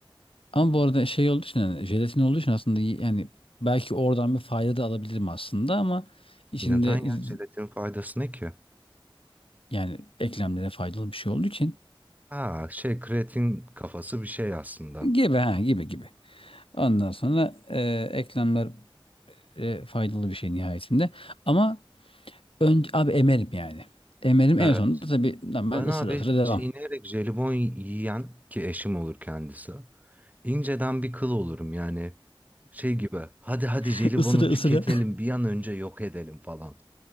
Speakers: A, on the left (about 80°); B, on the right (about 15°).
A: ama bu arada şey olduğu için yani jelatin olduğu için aslında y- yani belki oradan bir fayda da alabilirim aslında ama içinde
B: Neden
A: z-
B: ya jelatin faydası ne ki?
A: yani eklemlere faydalı bir şey olduğu için
B: Ha şey kreatin kafası bir şey aslında.
A: gibi ha gibi gibi. Ondan sonra e, eklemler e, faydalı bir şey nihayetinde. Ama önce abi emerim yani. Emerim
B: Evet.
A: en sonunda tabii normal
B: Ben
A: ısıra
B: abi
A: ısıra devam.
B: çiğneyerek jelibon yiyen ki eşim olur kendisi. inceden bir kıl olurum yani şey gibi hadi hadi
A: <laughs>
B: jelibonu
A: Isıra ısıra.
B: tüketelim bir an önce yok edelim falan.